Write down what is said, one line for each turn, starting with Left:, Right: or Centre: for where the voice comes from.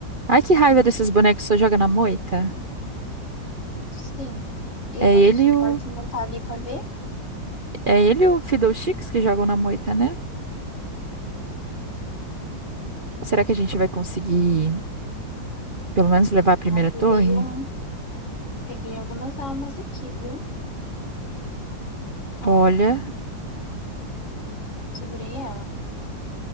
Right: Ai, que raiva desses bonecos que só joga na moita.
Left: Sim. E
Right: É
Left: nosso
Right: ele
Left: suporte
Right: e o.
Left: não tá ali pra ver.
Right: É ele e o Fiddlesticks que jogam na moita, né? Será que a gente vai conseguir, pelo menos, levar a primeira
Left: Ai, peguei
Right: torre?
Left: um. Peguei algumas almas aqui, viu? Ó,
Right: Olha.
Left: segurei ela.